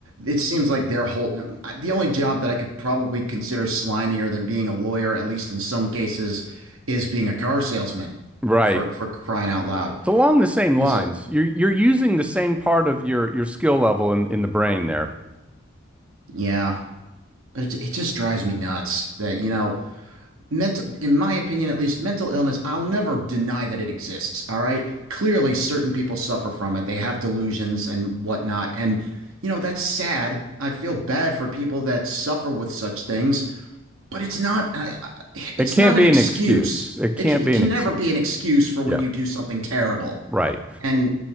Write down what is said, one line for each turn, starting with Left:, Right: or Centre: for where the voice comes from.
Right: it seems like their whole the only job that I could probably consider slimier than being a lawyer, at least in some cases, is being a car salesman
Centre: Right.
Right: for for crying out loud.
Centre: It's along the same lines.
Right: Because
Centre: You're you're using the same part of your your skill level in, in the brain there.
Right: yeah, but it, it just drives me nuts that you know. mental in my opinion at least mental illness i'll never deny that it exists all right clearly certain people suffer from it they have delusions and whatnot and you know that's sad i feel bad for people that suffer with such things but it's not I- I- it's
Centre: It can't
Right: not
Centre: be
Right: an excuse
Centre: an excuse. It
Right: it
Centre: can't
Right: can,
Centre: be
Right: it can
Centre: an excuse.
Right: never be an excuse for when
Centre: Yeah.
Right: you do something terrible
Centre: Right.
Right: and